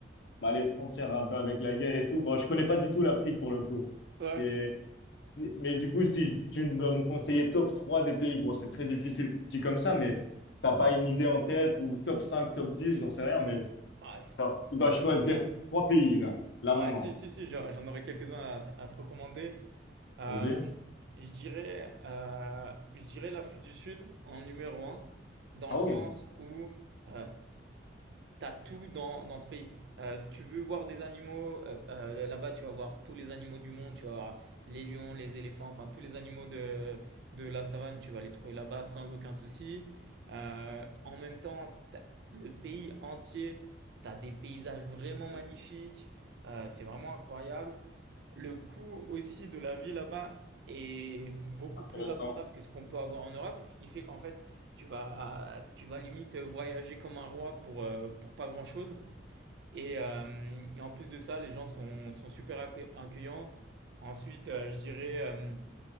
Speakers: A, on the left; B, on the right.
A: bah, les frontières un peu avec la guerre et tout. Bon, je connais pas du tout l'Afrique pour le coup.
B: ouais,
A: C'est Mais du coup, si tu dois me conseiller top 3 des pays, bon, c'est très difficile dit comme ça, mais t'as pas une idée en tête ou top 5 top 10, j'en sais rien, mais
B: ah, si,
A: alors,
B: si-
A: tu dois choisir trois pays là, là
B: ouais,
A: maintenant.
B: si, si, si, j'en j'en aurais quelques-uns à, te à te recommander. Euh,
A: Vas-y.
B: je dirais, euh, je dirais l'Afrique du Sud en numéro un, dans
A: Ah
B: le sens
A: oui,
B: où euh, T'as tout dans, dans ce pays. Euh, tu veux voir des animaux, euh, euh, là-bas tu vas voir tous les animaux du monde, tu vas voir les lions, les éléphants, enfin tous les animaux de, de la savane, tu vas les trouver là-bas sans aucun souci. Euh, en même temps, t'as- le pays entier, tu as des paysages vraiment magnifiques, Euh, c'est vraiment incroyable. Le coût aussi de la vie là-bas est beaucoup
A: intéressant.
B: plus abordable que ce qu'on peut avoir en Europe, ce qui fait qu'en fait, tu vas, tu vas limite voyager comme un roi pour, euh, pour pas grand-chose. Et, euh, et en plus de ça, les gens sont, sont super accue- accueillants. Ensuite, euh, je dirais, euh,